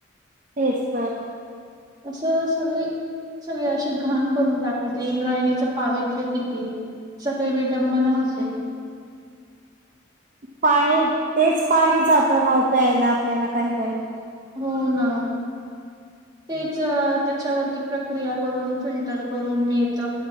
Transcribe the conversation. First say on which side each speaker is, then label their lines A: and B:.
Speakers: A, on the right (about 40°); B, on the right (about 20°).
A: तेच तर.
B: असं सगळी सगळी अशी घाण करून टाकते, इंद्रायणीच पावित्र्य किती सगळी विटंबना हो. <unintelligible>
A: पाणी तेच पाणी जात, ना ओ प्यायला आपल्याला काही काही
B: हो ना तेच त्याच्यावरती प्रक्रिया करून फिल्टर करून येत,